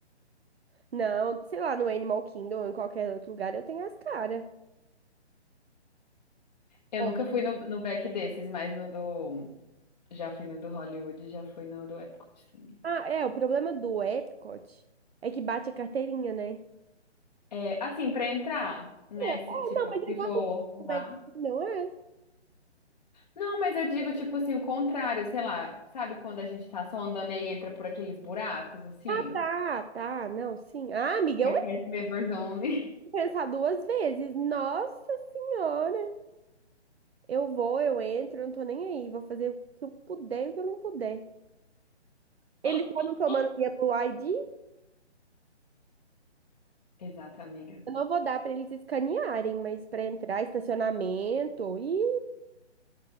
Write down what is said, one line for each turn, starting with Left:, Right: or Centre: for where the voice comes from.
Right: não, sei lá, no Animal Kingdom ou em qualquer outro lugar eu tenho as caras.
Left: Eu
Right: Ó,
Left: nunca fui no, no back desses, mas no do. Já fui no do Hollywood, já fui no do Epcot também.
Right: Ah, é, o problema do Epcot é que bate a carteirinha, né?
Left: É, assim, pra entrar, né?
Right: É, ah,
Left: se- tipo,
Right: não, mas
Left: se
Right: é igual
Left: for
Right: no Magic,
Left: lá.
Right: não é?
Left: Não, mas eu digo, tipo assim, o contrário, sei lá. Sabe quando a gente tá só andando e aí entra por aqueles buracos, assim?
Right: Ah, tá, tá, não, sim. Ah, amiga, eu
Left: Request
Right: entro
Left: members only.
Right: pensar duas vezes. Nossa Senhora. Eu vou, eu entro, eu não tô nem aí. Vou fazer o que eu puder e o que eu não puder. Eles
Left: <laughs>
Right: estavam tomando minha Blue ID?
Left: Exato, amiga.
Right: Eu não vou dar pra eles escanearem, mas pra entrar, estacionamento. Ih,